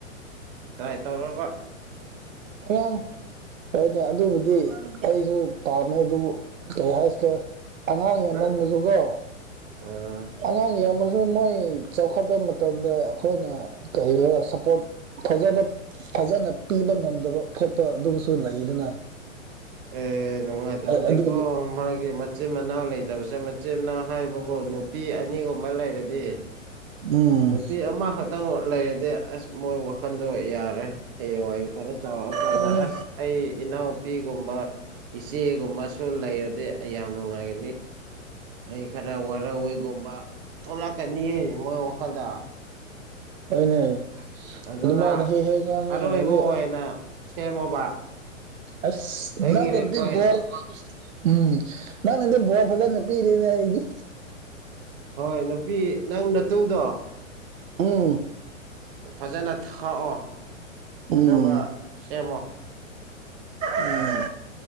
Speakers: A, on the right; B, on the right.
A: ꯇ꯭ꯔꯥꯏ ꯇꯧꯔꯣꯕ
B: ꯑꯉꯥꯡ ꯍꯣꯏꯅꯦ ꯑꯗꯨꯕꯨꯗꯤ ꯑꯩꯁꯨ ꯄꯥꯝꯃꯦ ꯑꯗꯨꯕꯨ ꯀꯔꯤ ꯍꯥꯏꯁꯤꯒꯦ ꯑꯉꯥꯡ ꯌꯥꯝꯃꯟꯕꯁꯨꯀꯣ
A: ꯅꯪ ꯑ
B: ꯑꯉꯥꯡ ꯌꯥꯝ ꯃꯁꯨ ꯃꯣꯏ ꯆꯥꯎꯈꯠꯄ ꯃꯇꯝꯗ ꯑꯩꯈꯣꯏꯅ ꯀꯔꯤꯔꯣ ꯁꯞꯄꯣꯔꯠ ꯐꯖꯕ ꯐꯖꯅ ꯄꯤꯕ ꯉꯝꯗꯕ ꯈꯣꯠꯄ ꯑꯗꯨꯁꯨ ꯂꯩꯗꯅ
A: ꯑꯦ ꯅꯨꯡꯉꯥꯏꯇꯕꯅꯦꯀꯣ
B: ꯑꯗꯨꯒꯤ
A: ꯃꯥꯒꯤ ꯃꯆꯤꯟ ꯃꯅꯥꯎ ꯂꯩ ꯇꯕꯁꯦ ꯃꯆꯤꯅꯥꯎ ꯍꯥꯏꯕꯕꯨ ꯅꯨꯄꯤ ꯑꯅꯤꯒꯨꯝꯕ ꯂꯩꯔꯗꯤ
B: ꯎꯝ
A: ꯅꯨꯄꯤ ꯑꯃꯈꯛꯇꯪ ꯂꯩꯔꯗꯤ ꯑꯁ ꯃꯣꯏ ꯋꯥꯈꯟꯗꯣ ꯌꯥꯔꯦ ꯍꯌꯦꯡꯋꯥꯢ ꯈꯔ ꯆꯥꯎꯔꯛꯑꯀꯥꯟꯗ
B: ꯍꯣꯏꯅꯦ
A: ꯑꯁ ꯑꯩ ꯏꯅꯥꯎ ꯄꯤꯒꯨꯝꯕ ꯏꯆꯦꯒꯨꯝꯕꯁꯨ ꯂꯩꯔꯗꯤ ꯑꯩ ꯌꯥꯝ ꯅꯨꯡꯉꯥꯏꯒꯅꯤ ꯑꯩ ꯈꯔ ꯋꯥꯔꯧꯋꯦꯒꯨꯝꯕ ꯊꯣꯛꯂꯛꯀꯅꯤꯌꯦ ꯃꯣꯏ ꯋꯥꯈꯜꯗ
B: ꯍꯢꯅꯦ
A: ꯑꯗꯨꯅ
B: ꯑꯗꯨꯃꯥꯏꯅ ꯍꯦꯛ ꯍꯦꯛ ꯉꯥꯡꯉꯦ
A: ꯑꯔꯣꯏꯕ
B: ꯍꯧꯖꯤꯛ
A: ꯑꯣꯏꯅ ꯁꯦꯝꯃꯣꯕ
B: ꯑꯁ
A: ꯑꯩꯒꯤ
B: ꯅꯪꯅꯗꯤ
A: ꯔꯤꯀ꯭ꯋꯦꯁ
B: ꯕꯣꯔ <unintelligible> ꯎꯝ ꯅꯪꯅꯗꯤ ꯕꯣꯔ ꯐꯖꯅ ꯄꯤꯔꯤꯅꯦ ꯑꯩꯒꯤ
A: ꯍꯣꯏ ꯅꯨꯄꯤ ꯅꯪ ꯅꯇꯨꯗꯣ
B: ꯎꯝ
A: ꯐꯖꯅ ꯊꯥꯛꯑꯣ
B: ꯎꯝ
A: ꯑꯗꯨꯒ ꯁꯦꯝꯃꯣ
B: ꯎꯡ